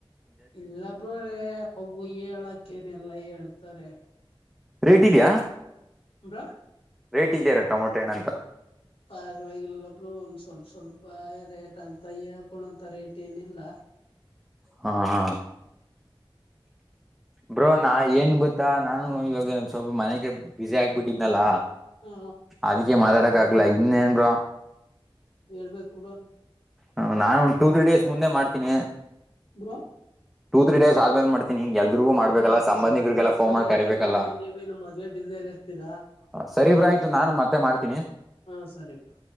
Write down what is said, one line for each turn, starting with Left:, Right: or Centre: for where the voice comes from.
Left: ಇಲ್ಲಬ್ರೋ ಅವು ಹೇಳಕೇನ್ ಎಲ್ಲಾ ಹೇಳ್ತಾರೆ
Centre: ರೇಟ್ ಇದೀಯ
Left: ಬ್ರೋ
Centre: ರೇಟ್ ಇದೆಯರಾಟಮೊಟೋ ಅಂತ
Left: ಪರವಾಗಿಲ್ಲ ಬ್ರೋ ಒಂದ್ ಸ್ವಲ್ಪ ಸ್ವಲ್ಪ ರೇಟ್ ಅಂತ ಹೇಳ್ಕೊಂತ ರೇಟ್ ಏನಿಲ್ಲ
Centre: ಹಾ ಹಾ ಬ್ರೋ ನ ಏನ್ ಗೊತ್ತ ಮತ್ತ ನಾನು ಇವಾಗ ಸ್ವಲ್ಪ ಮನೆಗೆ ಬಿಸಿ ಆಗ್ಬಿಟ್ಟಿದ್ನಲ್ಲ
Left: ಹಾ
Centre: ಅದಕ್ಕೆ ಮಾತಾಡ ಾಗಗ್ಲ ಇನ್ನೇನ್ರ
Left: ಹೇಳ್ಬೇಕು ಬ್ರೋ
Centre: ಹ ನಾನು ಒಂದ ಟೂ ತ್ರೀ ಡೇಸ್ ಮುಂದೆ ಮಾಡ್ತೀನಿ
Left: ಬ್ರೋ
Centre: ಟೂ ತ್ರೀಡೇಸ್ ಆದ್ಮೇಲೆ ಮಾಡತೀನಿಗ ಎಲ್ರಿಗೂ ಮಾಡ್ಬೇಕಲ್ಲ
Left: ಹ
Centre: ಸಂಬಂಧಿಕರಿಗೆಲ್ಲ
Left: ಸರಿ ಬ್ರೋ
Centre: ಫೋನ್
Left: ಫ್ರೀ
Centre: ಮಾಡ
Left: ಆದಾಗ
Centre: ಕರಿಬೇಕಲ್ಲ
Left: ಮಾಡಿ ನೀವೇನು ಮದ್ವೆ ಬ್ಯುಸಿಯಲ್ಲಿ ಇರ್ತೀರಾ
Centre: ಸರಿ ಇಬ್್ರ ಆಯತು ನಾನು ಮತ್ತೆ ಮಾಡತೀನಿ
Left: ಹಾ ಸರಿ ಬ್ರೋ